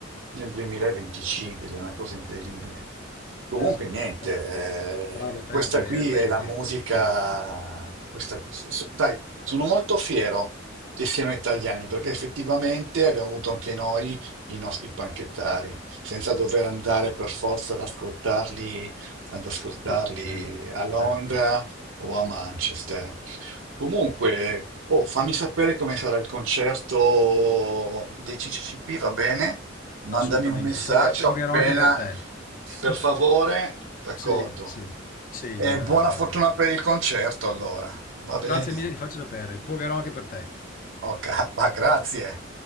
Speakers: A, on the right; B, on the left.
A: nel 2025, ed è una cosa incredibile. Comunque,
B: Eh sì,
A: niente,
B: bra- bravo
A: eh,
B: te
A: questa
B: a tenerle
A: qui è
B: e
A: la musica.
B: niente da stretto.
A: Questa, so- dai, sono molto fiero che siano italiani perché effettivamente abbiamo avuto anche noi i nostri panchettari, senza dover andare per forza ad ascoltarli, ad ascoltarli
B: Oltreoceano,
A: a Londra
B: certo,
A: o a Manchester. Comunque, oh, fammi sapere come sarà il concerto dei CCCP, va bene? Mandami
B: assolutamente.
A: un messaggio
B: Poghe- pogherò
A: appena,
B: anche per te. <laughs>
A: per favore, d'accordo.
B: Sì, sì, sì,
A: E
B: na-
A: buona
B: na-
A: fortuna
B: na.
A: per il concerto, allora. Va bene.
B: Grazie mille, ti faccio sapere. Pogherò anche per te.
A: Ok, <laughs> grazie.